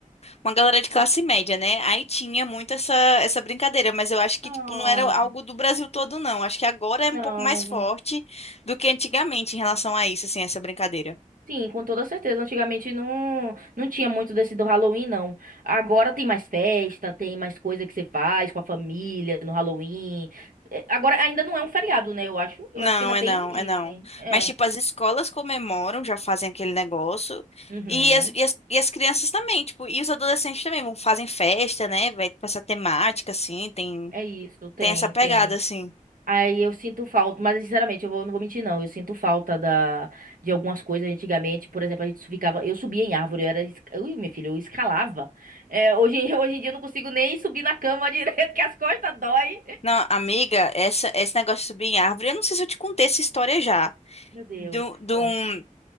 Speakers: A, on the left; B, on the right.
A: uma galera de classe média, né? Aí tinha muito essa essa brincadeira, mas eu acho que
B: Oh.
A: tipo não era algo do Brasil todo não. Acho que agora é um
B: não.
A: pouco mais forte do que antigamente em relação a isso, assim, essa brincadeira.
B: Sim, com toda certeza. Antigamente não, não tinha muito desse do Halloween, não. Agora tem mais festa, tem mais coisa que você faz com a família no Halloween. É, Agora ainda não é um feriado, né? Eu acho. Eu
A: Não,
B: acho que ainda
A: é
B: tem.
A: não, é não.
B: É.
A: Mas tipo as escolas comemoram, já fazem aquele negócio
B: Uhum.
A: e as, e as, e as crianças também, tipo, e os adolescentes também vão fazem festa, né? Vai pra essa temática assim, tem
B: É isso, tem,
A: tem essa pegada
B: tem.
A: assim.
B: Aí eu sinto falta, mas sinceramente, eu vou- não vou mentir, não. Eu sinto falta da, de algumas coisas antigamente. Por exemplo, a gente ficava. Eu subia em árvore, eu era. es- Ui, meu filho, eu escalava. É, hoje, em- <laughs> hoje em dia eu não consigo nem subir na cama <laughs> direito, que as costas dói.
A: Não, amiga, essa, esse negócio de subir em árvore, eu não sei se eu te contei essa história já.
B: Meu Deus,
A: De, um- de,
B: conte.
A: um-